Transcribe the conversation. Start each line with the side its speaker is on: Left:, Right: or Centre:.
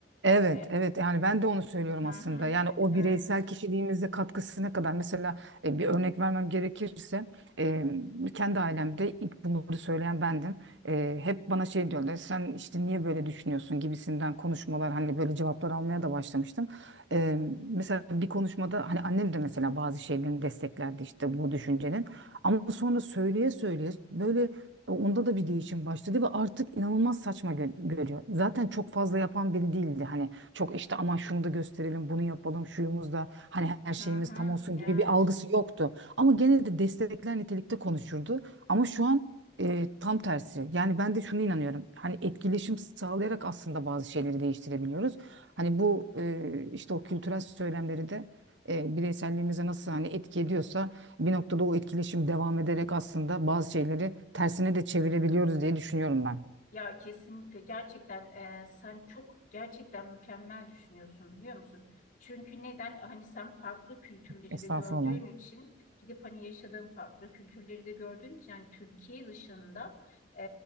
Right: Evet,
Left: E,
Right: evet. Yani ben de onu söylüyorum
Left: hı
Right: aslında.
Left: hı,
Right: Yani o
Left: evet,
Right: bireysel kişiliğimize katkısı ne kadar? Mesela e, bir örnek vermem gerekirse e, kendi ailemde ilk bunları söyleyen bendim. E, hep bana şey diyorlar, sen işte niye böyle düşünüyorsun gibisinden konuşmalar, hani böyle cevaplar almaya da başlamıştım. E, mesela bir konuşmada hani annem de mesela bazı şeylerini desteklerdi işte bu düşüncenin. Ama sonra söyleye söyleye böyle e, Onda da video için başladı ve artık inanılmaz saçma gö- görüyor. Zaten çok fazla yapan biri değildi. Hani çok işte aman şunu da gösterelim, bunu yapalım, şuyumuz da hani her şeyimiz
Left: hı hı,
Right: tam olsun
Left: evet.
Right: gibi bir algısı yoktu. Ama gene de destekler nitelikte konuşurdu. Ama şu an e, tam tersi. Yani ben de şunu inanıyorum. Hani etkileşim sağlayarak aslında bazı şeyleri değiştirebiliyoruz. Hani bu e, işte o kültürel söylemleri de e, bireyselliğimize nasıl hani etki ediyorsa bir noktada o etkileşim devam ederek aslında bazı şeyleri tersine de çevirebiliyoruz diye düşünüyorum ben.
Left: Ya kesinlikle gerçekten e, sen çok gerçekten mükemmel düşünüyorsun biliyor musun? Çünkü neden? Hani sen farklı kültürleri
Right: Estağfurullah.
Left: de gördüğün için gidip hani yaşadığın farklı kültürleri de gördüğün için yani Türkiye dışında e,